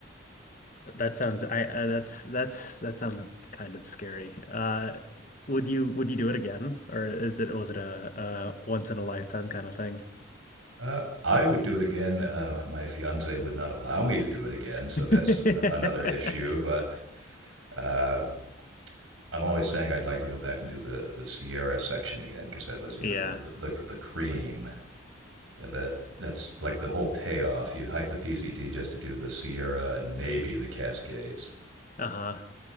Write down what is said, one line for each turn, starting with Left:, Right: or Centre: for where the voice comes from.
Left: That sounds I uh, that's that's that sounds kind of scary. Uh would you would you do it again or is it was it a, a once in a lifetime kind of thing?
Right: Uh, I would do it again. Uh, my fiance would not allow me to do it again,
Left: <laughs>
Right: so that's an, another issue. But uh, I'm always saying I'd like to go back and do the, the Sierra section again because that was, you
Left: Yeah.
Right: know, the, the the cream Yeah, that that's like the whole payoff. You hike the PCT just to do the Sierra and maybe the Cascades.
Left: Uh-huh.